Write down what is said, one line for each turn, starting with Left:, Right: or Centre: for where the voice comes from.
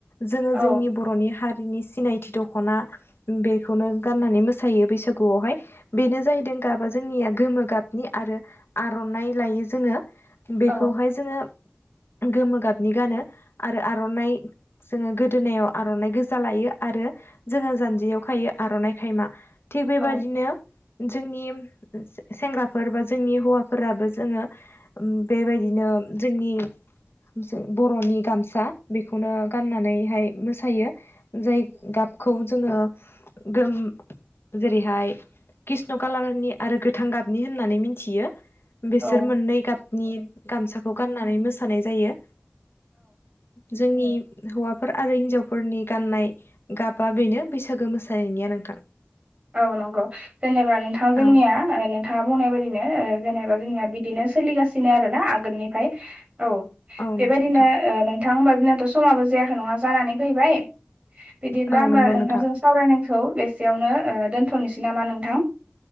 Left: जोङो
Right: औ
Left: जोंनि बरनि हा बेनि सिनायथि दखना बेखौनो गाननानै मोसायो बैसागुयाव हाय बेनो जाहैदों। गाबा जोंनिया गोमो गाबनि आरो आरनाइ लायो जोङो। बेखौ
Right: औ
Left: हाय जोङो गोमो गाबनि गानो। आरो आरनाइ जोङो गोदोनायाव आरनाइ गोजा लायो आरो जोङो जानजियाव खायो। आरनाइ खायमा थिग बेबादिनो
Right: औ
Left: जोंनि सेंग्राफोर बा जोंनि हौवाफोराबो जोङो बेबायदिनो जोंनि <unintelligible> बरनि गाम सा बेखौनो गाननानै हाय मोसायो जाय गाबखौ जोङो। गोम जेरैहाय कृष्ण कालारनि आरो गोथां गाबनि होननानै मिथियो। बेसोर
Right: औ
Left: मोननै गाबनि गामसाखौ गाननानै मोसानाय जायो। जोंनि हौवाफोर आरो हिनजावफोरनि गाननाय गाबा बेनो बैसागो मोसानायनिया नोंथां।
Right: औ नंगौ जेनेबा नोंथां जोंनिया
Left: औ
Right: नोंथाङा बुंनाय बायदिनो ओ जेनेबा जोंनिया बिदिनो सोलिगासिनो आरोना आगोलनिफ्राय औ
Left: औ
Right: बेबायदिनो
Left: नंगौ नोंथां
Right: ओ नोंथां होनबाथ जोंना समाबो जायाखै नङा जानानै फैबाय। बिदिब्ला
Left: औ
Right: होमबा
Left: नंगौ
Right: नोंथांजों
Left: नोंथां
Right: सावरायनखौ बेसेयावनो ओ दोनथनोसै नामा नोंथां।